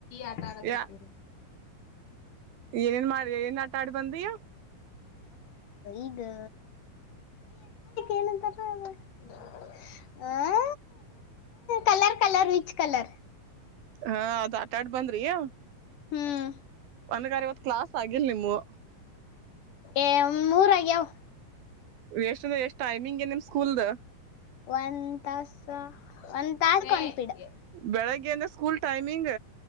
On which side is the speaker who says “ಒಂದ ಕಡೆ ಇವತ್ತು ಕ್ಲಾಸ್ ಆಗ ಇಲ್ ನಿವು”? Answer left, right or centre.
Right